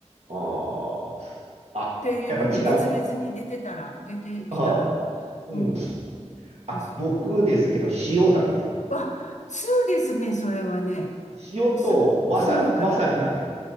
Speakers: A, on the right; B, on the left.
A: あーあ、
B: っていうふうに別々に出てたら、
A: やっぱり違う。
B: 出てきたら、
A: あー、うん。
B: うん、
A: あ、
B: です。
A: 僕ですけど、塩なんですよ。
B: うん。あ、通ですね、それはね。
A: 塩とわさ、
B: 通、通の方。
A: わさびなんですよ。